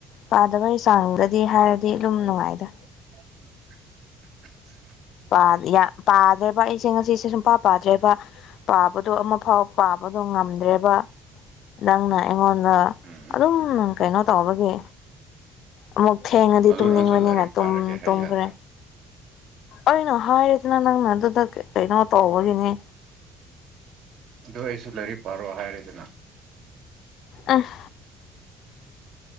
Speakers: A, on the left; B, on the right.
A: ꯄꯥꯗꯕꯒꯤ ꯆꯥꯡꯗꯗꯤ ꯍꯥꯏꯔꯗꯤ ꯗꯨꯝ ꯅꯨꯡꯉꯥꯏꯗ
B: <inaudible>
A: ꯄꯥ ꯌꯥ ꯄꯥꯗ꯭ꯔꯦꯕ ꯑꯩꯁꯦ ꯉꯁꯤꯁꯦ ꯁꯨꯡꯄꯥ ꯄꯥꯗ꯭ꯔꯦꯕ ꯄꯥꯕꯗꯣ ꯑꯃꯐꯥꯎ ꯄꯥꯕꯗꯣ ꯉꯝꯗ꯭ꯔꯦꯕ ꯅꯪꯅ ꯑꯩꯉꯣꯟ ꯗ
B: ꯎꯝ
A: ꯑꯗꯨꯝ ꯀꯩꯅꯣ ꯇꯧꯕꯒꯤ ꯑꯃꯨꯛ ꯊꯦꯡꯉꯗꯤ
B: ꯑꯗꯨ
A: ꯇꯨꯝꯅꯤꯡꯉꯣꯏꯅꯤꯅ
B: ꯅꯪꯁꯨ ꯂꯥꯏꯔꯤꯛ ꯄꯥꯔꯒꯦ ꯍꯥꯏ
A: ꯇꯨꯝꯈ꯭ꯔꯦ
B: ꯌꯥꯗ꯭ꯔꯣ
A: ꯑꯩꯅ ꯍꯥꯏꯔꯗꯅ ꯅꯪꯅ ꯑꯗꯨꯗ ꯀꯩꯅꯣ ꯇꯧꯕꯒꯤꯅꯦ
B: ꯑꯗꯨ ꯑꯣꯏꯔꯁꯨ ꯂꯥꯏꯔꯤꯛ ꯄꯥꯔꯣ ꯍꯥꯏꯔꯦꯗꯅ
A: ꯑꯥ